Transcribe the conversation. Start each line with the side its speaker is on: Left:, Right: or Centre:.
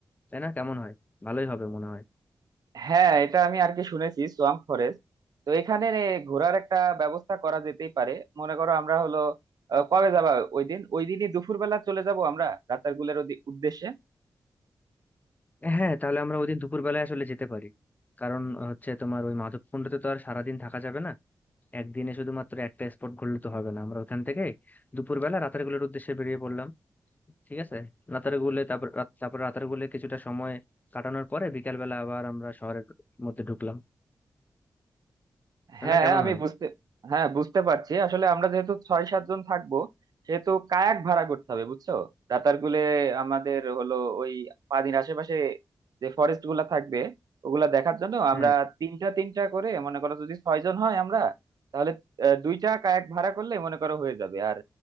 Left: তাই না কেমন হয় ভালোই হবে মনে হয়
Right: হ্যাঁ এটা আমি আর কি শুনেছি সোয়াম্প ফরেস্ট তো এখানে ঘোরার একটা ব্যবস্থা করা যেতেই পারে মনে করো আমরা হলো আহ, কবে যাবা ওই দিন ওই দিনই দুপুরবেলা চলে যাব আমরা রাতারগুলের উদ্দেশ্যে
Left: হ্যাঁ তাহলে আমরা ওইদিন দুপুরবেলায় আসলে যেতে পারি কারণ হচ্ছে তোমার ওই মাধবকুণ্ডতে তো আর সারাদিন থাকা যাবে না একদিনে শুধুমাত্র একটা স্পট ঘুরলে তো হবে না আমরা ওখান থেকে দুপুরবেলা রাতারগুলের উদ্দেশ্যে বেরিয়ে পড়লাম ঠিক আছে নাতারগুলে তারপর রাত- তারপর রাতারগুলে কিছুটা সময় কাটানোর পরে বিকালবেলা আবার আমরা শহরের মধ্যে ঢুকলাম তাই
Right: হ্যাঁ
Left: না কেমন
Right: হ্যাঁ, আমি
Left: হয়
Right: বুঝতে হ্যাঁ বুঝতে পারছি আসলে আমরা যেহেতু ছয় সাতজন থাকবো সেহেতু কায়াক ভাড়া করতে হবে বুঝছো রাতারগুলে আমাদের হলো ওই পানির আশেপাশে যে ফরেস্ট গুলা থাকবে ওগুলা দেখার জন্য আমরা
Left: হ্যাঁ
Right: তিনটা তিনটা করে মনে করো যদি ছয় জন হয় আমরা তাহলে আহ, দুইটা কায়াক ভাড়া করলে মনে করো হয়ে যাবে আর